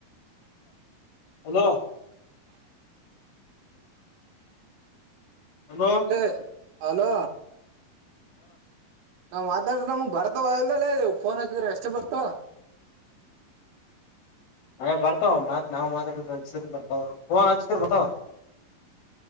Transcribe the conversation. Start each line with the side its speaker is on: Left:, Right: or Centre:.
Left: <inaudible> ಹಲೋ ಹಲೋ
Right: ಲೆ ಹಲೋ ನಾವ್ ಮಾತಾಡ್ರ ನಮಗ್ ಬರ್ತವ ಇಲ್ಲಲ್ಲ ಫೋನ್ ಹಾಕಿದ್ರ ಎಷ್ಟ ಬರ್ತ
Left: ಅ ಬರ್ತಾವ ಮಾತ್ ನಾ ಮಾತಾಡ ಹಚ್ಚರ್ ಬರ್ತಾವ ಫೋನ್ ಹಚ್ಚಿದರ್ ಬರ್ತಾವ